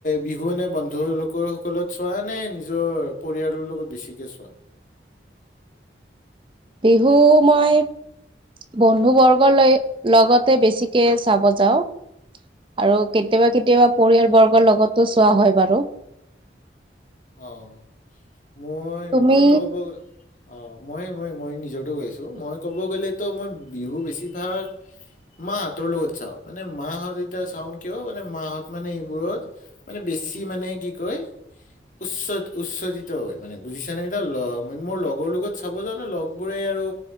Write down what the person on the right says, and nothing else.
বিহু মই বন্ধু-বৰ্গলৈ লগতে বেছিকে চাব যাওঁ আৰু কেতিয়াবা-কেতিয়াবা পৰিয়াল-বৰ্গৰ লগতো চোৱা হয় বাৰু।
তুমি